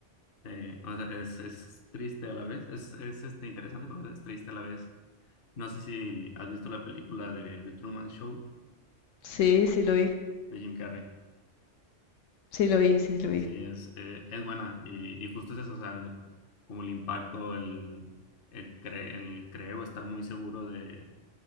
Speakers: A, on the left; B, on the left.
A: eh, o sea, es, es triste a la vez, es, es este, interesante, pero es triste a la vez. No sé si has visto la película de The Truman Show
B: Sí, sí lo vi,
A: de Jim Carrey.
B: sí lo vi, sí lo vi.
A: Sí, es, eh, es buena y, y justo es eso, o sea, el- como el impacto, el, el, cre- el creo estar muy seguro de,